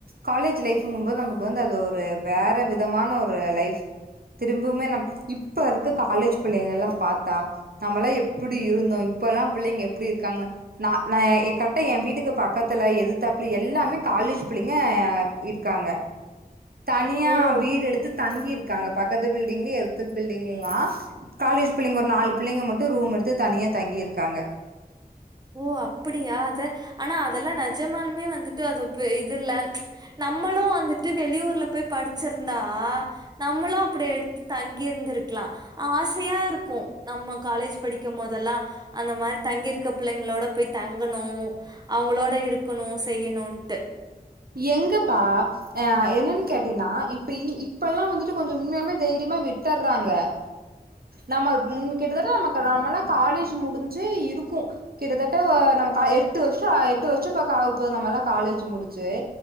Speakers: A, on the right; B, on the right.
A: காலேஜ் லைஃப்ங்கும்போது நமக்கு வந்து அது ஒரு வேற விதமான ஒரு லைஃப் திரும்பவுமே நம்ம இப்ப இருக்க காலேஜ் பிள்ளைங்க எல்லா பாத்தா நம்மல்லா எப்படி இருந்தோ இப்ப எல்லா பிள்ளைங்க எப்படி இருக்காங்கன்னு நா நா கரெக்ட என் வீட்டுக்கு பக்கத்துல எதிதாப்புல எல்லாமே காலேஜ் பிள்ளைங்க இருக்காங்க தனியா
B: ஓ!
A: வீடு எடுத்து தங்கி இருக்காங்க பக்கத்து பில்டிங்லயு எதிர் பில்டிங்ளலா காலேஜ் பிள்ளைங்க ஒரு நாலு பிள்ளைங்க மட்டு ரூம் எடுத்து தனியா தங்கிருக்காங்க
B: ஓ அப்பிடியா அத ஆனா அதெல்லா நெஜமாலுமே வந்துட்டு அது இப்ப இது இல்ல நம்மளு வந்துட்டு வெளியூர்ல போய் படிச்சிருந்தா நம்மளு அப்டி எடுத்து தங்கிருந்திருக்கலா ஆசையா இருக்கு நம்ம காலேஜ் படிக்கும் போதெல்லா அந்த மாரி தங்கிருக்கப் பிள்ளைங்களோட போய் தங்கணு அவ்ங்களோட இருக்கணு செய்யணுன்ட்டு
A: எங்கப்பா அ என்னன்னு கேட்டீங்கனா இப்ப இ இப்பெல்லா வந்துட்டு கொஞ்ச உண்மையாலுமே தைரியமா விட்டுர்றாங்க நம்ம முன்ன கிட்டத்தட்ட நமக்கு நம்மெல்லா காலேஜ் முடிஞ்சே இருக்கு கிட்டத்தட்ட அ நமக்கா எட்டு வர்ஷ ஆ எட்டு வர்ஷ பக்க ஆகப்போது நம்மலா காலேஜு முடிச்சு